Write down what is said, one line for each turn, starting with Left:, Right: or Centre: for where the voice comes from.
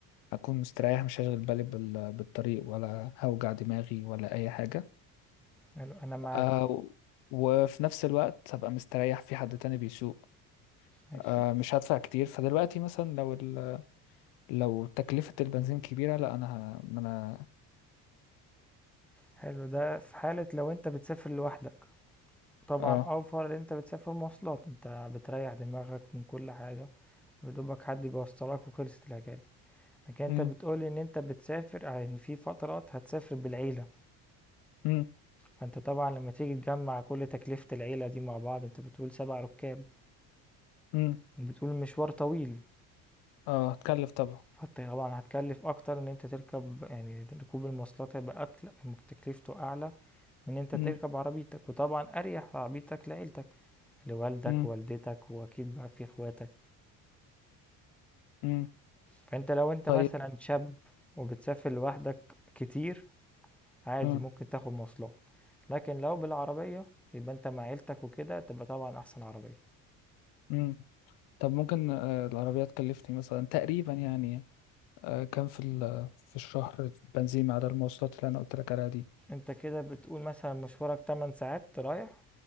Left: هكون مستريح مش هشغل بالي بال- بالطريق ولا هوجع دماغي ولا اي حاجة
Centre: حلو انا معاك
Left: آه وفي نفس الوقت هبقى مستريح في حد تاني بيسوق
Centre: ماشي
Left: آه مش هدفع كتير فدلوقتي مثلا لو ال- لو تكلفة البنزين كبيرة لا انا ه- ما انا
Centre: حلو ده في حالة لو انت بتسافر لوحدك طبعا
Left: اه
Centre: اوفر ان انت بتسافر مواصلات انت بتريح دماغك من كل حاجة يدوبك حد بيوصلك وخلصت الحكاية لكن انت
Left: مم.
Centre: بتقولي ان انت بتسافر يعني في فترات هتسافر بالعيلة
Left: مم.
Centre: فانت طبعا لما تيجي تجمع كل تكلفة العيلة دي مع بعض انت بتقول سبع ركاب
Left: مم.
Centre: بتقول المشوار طويل
Left: اه هتكلف طبعا
Centre: فانت طبعا هتكلف اكتر ان انت تركب يعني ركوب المواصلات هيبقى أكل تكلفته اعلى من ان انت
Left: مم.
Centre: تركب عربيتك وطبعا اريح في عربيتك لعيلتك لوالدك
Left: مم.
Centre: ووالدتك واكيد بقى في اخواتك
Left: مم.
Centre: فانت لو انت
Left: طيب
Centre: مثلا شاب وبتسافر لوحدك كتير عادي
Left: مم.
Centre: ممكن تاخد مواصلات لكن لو بالعربية يبقى انت مع عيلتك وكده تبقى طبعا احسن عربية
Left: مم. طب ممكن آه، العربية تكلفني مثلا تقريبا يعني آه، كام في ال- في الشهر بنزين على المواصلات اللي انا قلت لك عليها دي
Centre: انت كده بتقول مثلا مشوارك 8 ساعات رايح